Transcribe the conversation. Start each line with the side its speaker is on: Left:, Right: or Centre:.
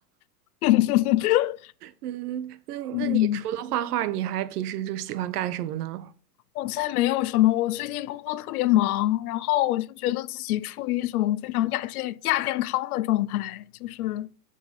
Left: <laughs>
Right: 嗯，那那你除了画画，
Left: 嗯。
Right: 你还平时就喜欢干什么呢？
Left: 我猜没有什么，我最近工作特别忙，然后我就觉得自己处于一种非常亚健亚健康的状态，就是